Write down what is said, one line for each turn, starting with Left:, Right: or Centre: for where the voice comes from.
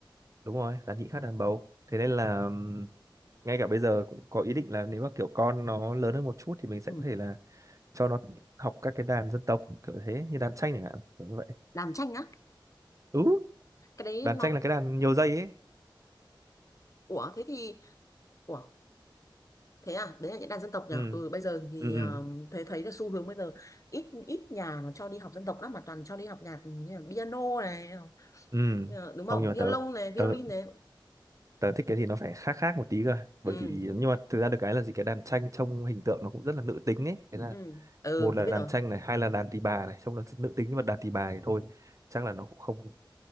Right: đúng rồi đàn nhị khác đàn bầu thế nên là ừm, ngay cả bây giờ cũng có ý định là nếu mà kiểu con nó lớn hơn một chút thì mình sẽ
Left: ừ.
Right: có thể là cho nó học các cái đàn dân tộc kiểu thế như đàn tranh chẳng hạn kiểu như vậy
Left: đàn tranh á
Right: ừ
Left: cái đấy
Right: đàn
Left: nó
Right: tranh là cái đàn nhiều dây ấy
Left: ủa thế thì ủa thế à đấy là những đàn dân tộc nhỉ
Right: ừ
Left: ừ bây giờ thì
Right: ừ
Left: um,
Right: ừ
Left: thấy thấy là xu hướng bây giờ ít ít nhà mà cho đi học dân tộc lắm mà toàn cho đi học nhạc ừ, như là piano này
Right: ừ
Left: ờ, đúng
Right: không
Left: không
Right: nhưng mà
Left: violon
Right: tớ
Left: này violin
Right: tớ
Left: này
Right: tớ thích cái gì nó phải khác khác một tí cơ bởi
Left: ừ
Right: vì nhưng mà thực ra được cái là gì cái đàn tranh trông hình tượng nó cũng rất là nữ tính ấy thế là
Left: ừ ừ
Right: một
Left: tôi
Right: là
Left: biết
Right: đàn
Left: rồi
Right: tranh này hai là đàn tỳ bà này trong đó nữ tính nhưng mà đàn tỳ bà thì thôi chắc là nó cũng không